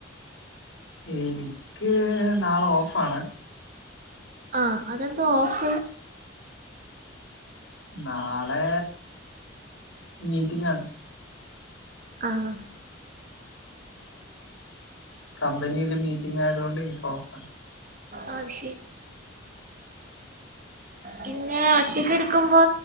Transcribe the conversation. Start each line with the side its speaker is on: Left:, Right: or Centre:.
Left: എനിക്ക് നാളെ ഓഫാണ്
Right: ആഹ് അതെന്താ ഓഫ്‌
Left: നാളെ മീറ്റിങ്ങാണ്
Right: ആഹ്
Left: കമ്പനിയില് മീറ്റിംങ്‌ ആയതുകൊണ്ട് എനിക്ക് ഓഫാണ്
Right: ആഹ് ശരി പിന്നെ ഒറ്റക്ക് ഇരിക്കുമ്പോ